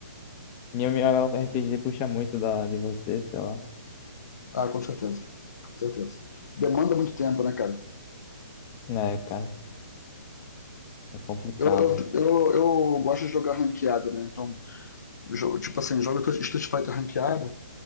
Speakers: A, on the left; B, on the left.
A: Minha, minha RPG puxa muito da, de você, sei lá.
B: Ah, com certeza. Com certeza. Demanda muito tempo, né, cara?
A: É, cara, é complicado.
B: Eu, eu, eu, eu gosto de jogar ranqueada, né? Então, jo- tipo assim, jogo Street Fighter ranqueada